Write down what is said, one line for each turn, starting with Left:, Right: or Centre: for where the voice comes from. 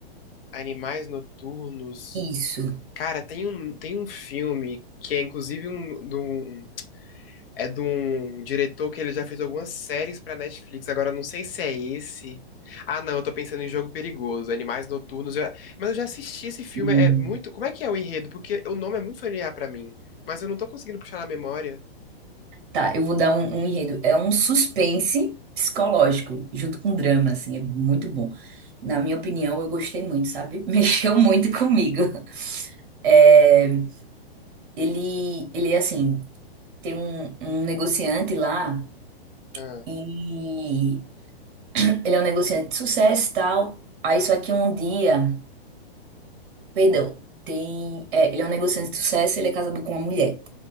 Left: Animais Noturnos.
Right: Isso.
Left: Cara, tem um, tem um filme que é inclusive um, de um- é de um diretor que ele já fez algumas séries pra Netflix. Agora eu não sei se é esse. Ah, não, eu tô pensando em Jogo Perigoso, Animais Noturnos. eu- mas eu já assisti esse filme,
Right: Hum,
Left: é muito. Como é que é o enredo? Porque o nome é muito familiar pra mim, mas eu não tô conseguindo puxar na memória.
Right: Tá, eu vou dar um, um enredo. É um suspense psicológico, junto com drama, assim, é muito bom. Na minha opinião, eu gostei muito, sabe? <laughs> Mexeu muito comigo. É, ele, ele é assim. tem um, um negociante lá
Left: Ah,
Right: e ele é um negociante de sucesso e tal. Aí só que um dia, perdão, tem, é, ele é um negociante de sucesso, ele é casado com uma mulher.